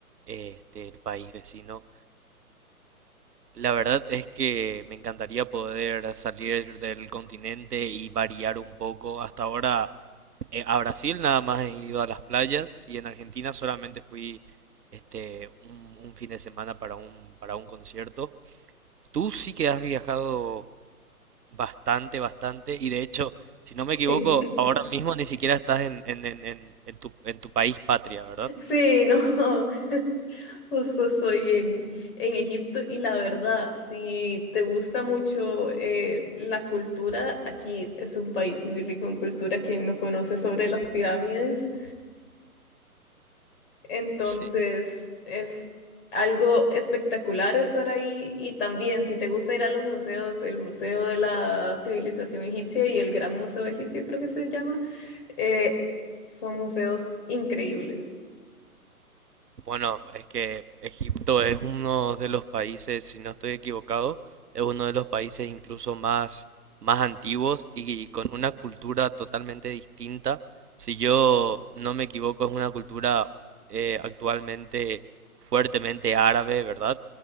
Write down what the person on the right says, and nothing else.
eh, este, el país vecino. La verdad es que me encantaría poder salir del continente y variar un poco. Hasta ahora eh, a Brasil nada más he ido a las playas y en Argentina solamente fui este un, un fin de semana para un para un concierto. Tú sí que has viajado bastante, bastante y de hecho, si no me equivoco,
ahora mismo ni siquiera estás en en, en, en- en tu en tu país patria, ¿verdad?
Sí,
Bueno, es que Egipto es uno de los países, si no estoy equivocado, es uno de los países incluso más, más antiguos y, con una cultura totalmente distinta. Si yo no me equivoco, es una cultura eh, actualmente fuertemente árabe, ¿verdad?